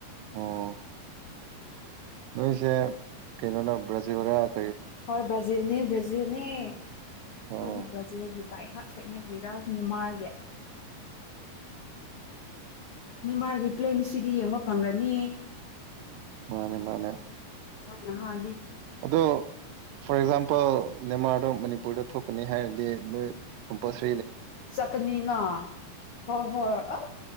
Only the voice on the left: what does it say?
ꯍꯣꯏ ꯕꯥꯖꯜꯅꯦ ꯭ꯔꯖꯤꯜꯅꯦ ꯑꯩꯣꯏꯗꯤꯕ꯭ꯔꯆꯤꯅ
ꯥꯏꯍꯥꯛ ꯁꯣꯏꯅꯈ꯭ꯔꯤꯔꯥ ꯅꯤꯃꯥꯔꯒꯦ ꯅꯤꯃꯥꯔꯒꯤ ꯄ꯭ꯂꯦꯟꯁꯤꯗꯤ ꯌꯦꯡꯕ ꯐꯪꯒꯅꯤ
ꯍ
ꯆꯀꯅꯤꯅ ꯍꯣꯏ ꯍꯣꯏ ꯑ